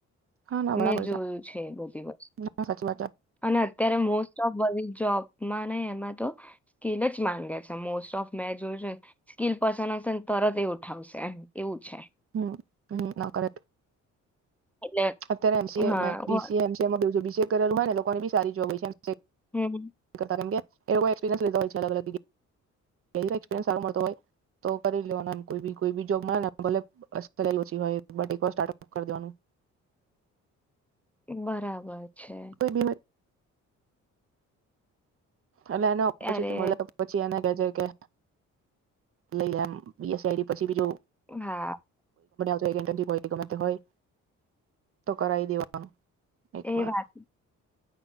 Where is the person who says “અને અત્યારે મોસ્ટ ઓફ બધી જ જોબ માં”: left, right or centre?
Centre